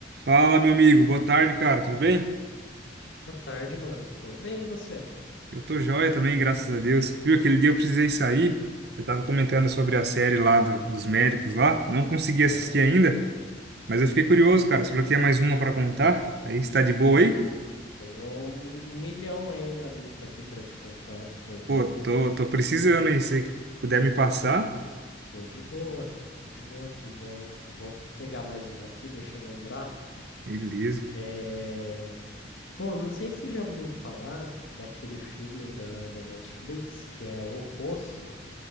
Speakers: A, on the right; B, on the left.
A: Fala, meu amigo. Boa tarde, cara. Tudo bem?
B: Boa tarde, mano. Tô bem, e você?
A: Eu tô joia também, graças a Deus. Viu, aquele dia eu precisei sair. Você tava comentando sobre a série lá do- dos médicos lá. Não consegui assistir
B: Aham.
A: ainda, mas eu fiquei curioso, cara. Você falou que tinha mais uma pra contar. Aí, está de boa
B: Ah,
A: aí?
B: tenho um, um milhão aí na lista aqui pra te contar, se for ver.
A: Pô,
B: <laughs>
A: tô, tô precisando aí. Se puder me passar,
B: Tô de boa. Tô de boa aqui. Vou, vou pegar mais uma aqui, deixa eu lembrar.
A: beleza.
B: É... Bom, não sei se já ouviu falar daquele filme da, da Netflix que é O Poço.